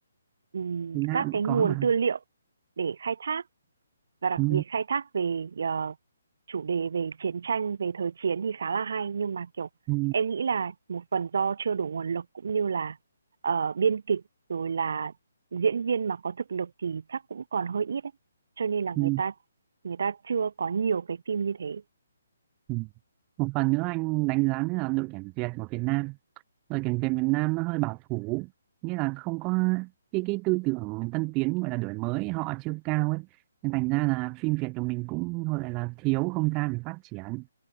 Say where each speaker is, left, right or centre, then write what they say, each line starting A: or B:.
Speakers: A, on the right (about 65°); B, on the right (about 20°).
A: ừm,
B: Việt Nam
A: các cái
B: cũng
A: nguồn
B: có mà
A: tư liệu để khai thác. và đặc
B: ừ.
A: biệt khai thác về ờ, chủ đề về chiến tranh, về thời chiến thì khá là hay nhưng mà, kiểu,
B: Ừ.
A: em nghĩ là một phần do chưa đủ nguồn lực cũng như là, ờ, biên kịch rồi là diễn viên mà có thực lực thì chắc cũng còn hơi ít ấy. Cho nên là người
B: Ừ.
A: ta người ta chưa có nhiều cái phim như thế.
B: Ừ. một phần nữa anh đánh giá nữa là đội tuyển Việt của Việt Nam rồi cảnh về miền Nam nó hơi bảo thủ nghĩa là không có cái cái tư tưởng tân tiến gọi là đổi mới họ chưa cao ấy nên thành ra là phim Việt của mình cũng gọi là thiếu không gian để phát triển